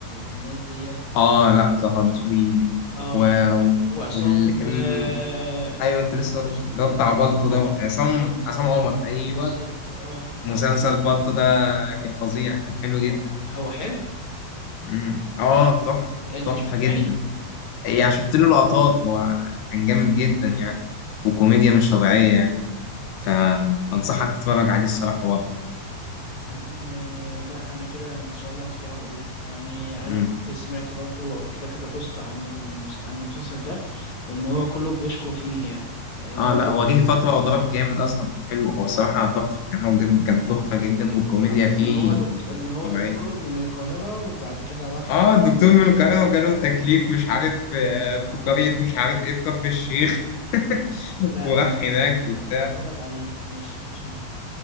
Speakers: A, on the left; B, on the left.
A: الناس ديت
B: اه لا طه
A: طه دسوقي
B: دسوقي و...
A: اه
B: و-
A: وعصام
B: واللي كان
A: آه
B: ايوه انت لسه قلت
A: اسمه
B: اللي هو بتاع بالطو
A: عصام عمر
B: دوت عصام
A: بالظبط
B: عصام عمر ايوه
A: بالظبط اه آه،
B: مسلسل بالطو ده كان فظيع كان حلو جدا
A: هو هو حلو
B: امم اه تحفة
A: انت
B: تحفة
A: شفته
B: جدا
A: يعني؟
B: يعني شفت له لقطات هو كان جامد جدا يعني وكوميديا مش طبيعية يعني ف... فانصحك تتفرج عليه الصراحة برضه
A: يا عم آه، لا انا كده ان شاء الله هتفرج عليه يعني انا
B: امم
A: كنت سمعت برضه وقريت كده كذا بوست عن المس... عن المسلسل ده ان هو كله بيشكو فيه يعني ان
B: اه
A: هو
B: لا هو جه فترة وضرب جامد اصلا كان حلو هو الصراحة تحفة يعني هو بجد كان تحفة جدا والكوميديا
A: اه
B: فيه
A: ان هو دكتور ان هو
B: طبيعية
A: دكتور من القاهرة وبعد كده راح
B: اه الدكتور
A: الأرياف
B: من القاهرة وجاله تكليف مش عارف آه،
A: اه
B: في قرية مش عارف ايه في كفر الشيخ <laughs>
A: لا
B: وراح هناك
A: انا
B: وبتاع
A: أنا هتفرج عليه ماشي مفيش مشكلة